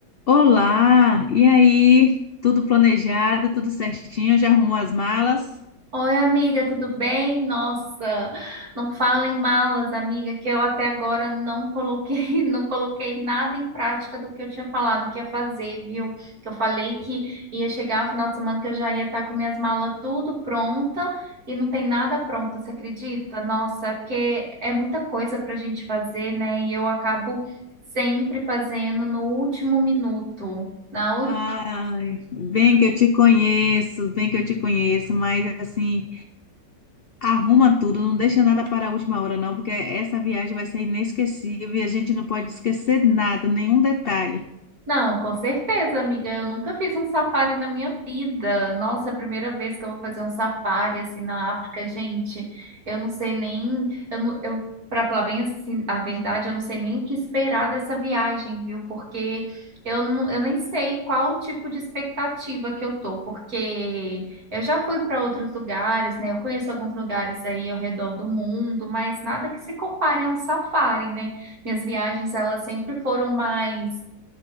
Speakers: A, on the left (about 75°); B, on the right (about 55°).
A: Olá, e aí? Tudo planejado, tudo certinho? Já arrumou as malas?
B: Oi, amiga, tudo bem? Nossa, não fala em malas, amiga, que eu até agora não coloquei, <laughs> não coloquei nada em prática do que eu tinha falado que ia fazer, viu? Que eu falei que ia chegar no final de semana que eu já ia estar com minhas malas tudo pronta e não tem nada pronto, você acredita? Nossa, é porque é muita coisa pra gente fazer, né? E eu acabo sempre fazendo no último minuto, na
A: Ai, bem que eu te conheço, bem que eu te conheço, mas assim, arruma tudo, não deixa nada para a última hora, não, porque essa viagem vai ser inesquecível e a gente não pode esquecer nada, nenhum detalhe.
B: Não, com certeza, amiga. Eu nunca fiz um safari na minha vida. Nossa, é a primeira vez que eu vou fazer um safari assim na África, gente. Eu não sei nem, eu, não- eu para falar bem assim, a verdade, eu não sei nem o que esperar dessa viagem, viu? Porque eu não, eu nem sei qual tipo de expectativa que eu tô, porque eu já fui para outros lugares, né? Eu conheço alguns lugares aí ao redor do mundo, mas nada que se compare a um safari, né? Minhas viagens, elas sempre foram mais